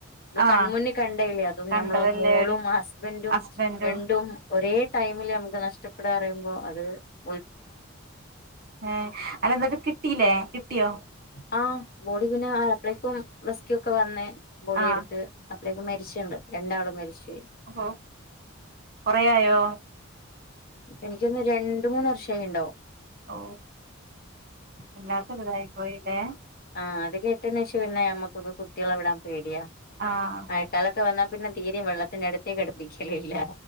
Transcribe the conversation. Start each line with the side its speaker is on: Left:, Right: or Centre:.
Left: നമ്മള്
Right: ആഹ്
Left: കൺമുന്നിൽ കണ്ടതല്ലേ അതും
Right: കണ്ടതല്ലേ
Left: നമ്മളെ മോളും
Right: ഒരു
Left: ഹസ്ബൻഡും
Right: ഹസ്ബൻറും
Left: രണ്ടും ഒരേ ടൈമില് നമുക്ക് നഷ്ടപ്പെടുവാ പറയുമ്പോൾ അത് ഉ
Right: ഏ അല്ല അതൊക്കെ കിട്ടീല്ലേ കിട്ടിയോ
Left: ആഹ് ബോഡി പിന്നെ അപ്പളേക്കും റെസ്ക്യു ഒക്കെ വന്ന് ബോഡി
Right: ആഹ്
Left: എടുത്ത് അപ്പളേക്ക് മരിച്ചിട്ടുണ്ട് രണ്ടാളും മരിച്ചു പോയി
Right: ഓഹോ കൊറെയായോ
Left: എനിക്ക് തോന്നുന്നു രണ്ട് മൂന്ന് വർഷമായിട്ടുണ്ടാവും
Right: ഓ വല്ലാത്തൊരു ഇതായി പോയല്ലേ
Left: ആഹ് അത് കെട്ടേന് ശേഷം പിന്നെ നമുക്കൊക്കെ കുട്ടികളെ വിടാൻ പേടിയാ
Right: ആഹ്
Left: മഴക്കാലൊക്കെ വന്നാൽ പിന്നെ തീരെയും വെള്ളത്തിന്റെ അടുത്തേക്ക് അടുപ്പിക്കലില്ല